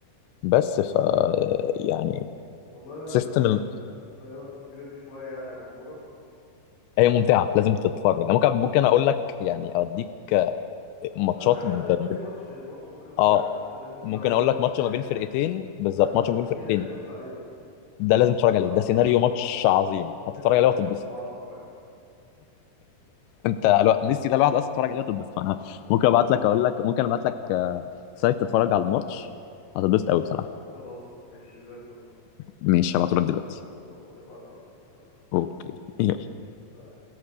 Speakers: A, on the left (about 85°); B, on the left (about 65°).
A: بس ف آه، يعني
B: والله
A: سيستم
B: انت <laughs>
A: ال...
B: غيرت فكرتي شوية يعني عن الكورة
A: هي ممتعه لازم تتفرج
B: مم.
A: انا ممكن ممكن اقول لك يعني اوديك ماتشات
B: انا عايز
A: ب...
B: اقول
A: ب-
B: لي ماتش ماتش ممكن اتفرج
A: اه
B: على الماتش اللي انت بتقول
A: ممكن
B: عليه
A: اقول
B: بتاع
A: لك ماتش
B: النهائي
A: ما بين فرقتين
B: ده
A: بالظبط
B: لا الارجنتيني
A: ماتش ما بين فرقتين
B: اللي انت قلت عليه ده
A: ده لازم
B: عشان
A: تتفرج
B: انا
A: عليه ده
B: اصلا
A: سيناريو ماتش عظيم
B: بحب ميسي
A: هتتفرج عليه
B: يعني
A: وهتتبسط
B: من غير ما اعرفه فاهم
A: انت الو... ميسي ده الواحد اصلا تتفرج عليه هتتبسط فانا
B: بالظبط
A: ممكن ابعت لك اقول لك ممكن ابعت لك آه، سايت تتفرج على الماتش هتتبسط قوي بصراحه
B: خلاص ماشي زي الفل
A: ماشي هبعته لك دلوقتي
B: طب خلاص ابعت يلا اتفقنا
A: اوكي يلا
B: سلام